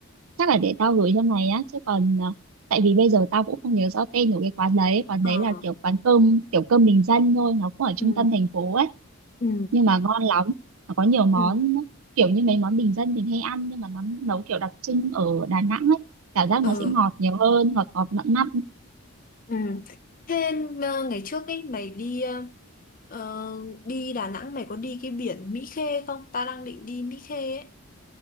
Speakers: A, on the right (about 75°); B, on the left (about 40°).
A: chắc là để tao gửi cho mày á chứ còn ờ, tại vì bây giờ tao cũng không nhớ rõ tên của cái quán đấy quán
B: Ờ.
A: đấy là kiểu quán cơm kiểu cơm bình dân thôi nó cũng ở
B: Ừ.
A: trung tâm thành phố ấy
B: Ừ.
A: nhưng mà ngon lắm nó có nhiều món
B: Ừ.
A: kiểu như mấy món bình dân mình hay ăn nhưng mà nó nấu kiểu đặc trưng ở Đà Nẵng ấy cảm giác
B: Ờ.
A: nó sẽ ngọt nhiều hơn ngọt ngọt mặn mặn
B: Ừ. Thế ờ, ngày trước ấy mày đi ờ, Ờ, đi Đà Nẵng mày có đi cái biển Mỹ Khê không? Ta đang định đi Mỹ Khê ấy.